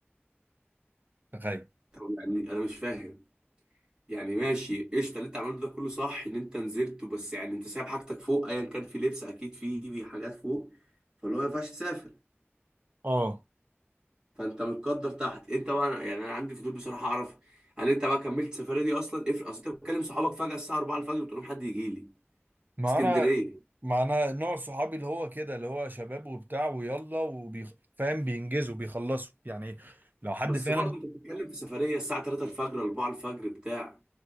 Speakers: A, on the right (about 45°); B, on the right (about 20°).
A: تخيل
B: طب يعني انا مش فاهم يعني ماشي قشطه اللي انت عملته ده كله صح ان انت نزلت بس يعني انت سايب حاجتك فوق ايا كان في لبس اكيد في حاجات فوق فاللي هو ما ينفعش تسافر
A: اه
B: فانت متقدر تحت انت بقى يعني انا عندي فضول بصراحه اعرف هل انت بقى كملت السفريه دي اصلا افرق اصل انت بتكلم صحابك فجاه الساعه 4 الفجر بتقول لهم حد يجي لي
A: ما
B: اسكندريه
A: انا ما انا نوع صحابي اللي هو كده اللي هو شباب وبتاع ويلا وبيخ... فاهم بينجزوا بيخلصوا يعني لو حد
B: بس
A: فعلا
B: برضه انت بتتكلم في سفريه الساعه 3 الفجر 4 الفجر بتاع